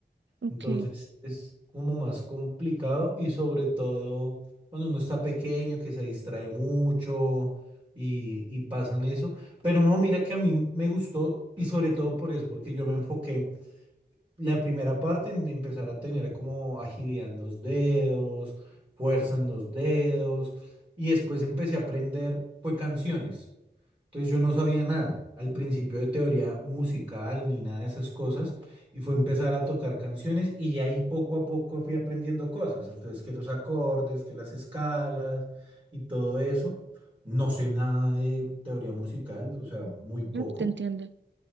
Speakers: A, on the right (about 80°); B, on the right (about 30°).
A: Ok.
B: Entonces es como más complicado y sobre todo cuando uno está pequeño que se distrae mucho y, y pasan eso. Pero no, mira que a mí me gustó y sobre todo por eso, porque yo me enfoqué la primera parte en empezar a tener como agilidad en los dedos, fuerza en los dedos y después empecé a aprender, fue canciones. Entonces yo no sabía nada al principio de teoría musical ni nada de esas cosas y fue empezar a tocar canciones y de ahí poco a poco fui aprendiendo cosas. Entonces que los acordes, que las escalas y todo eso. No sé nada de teoría musical, o sea, muy poco.
A: Mm, te entiendo.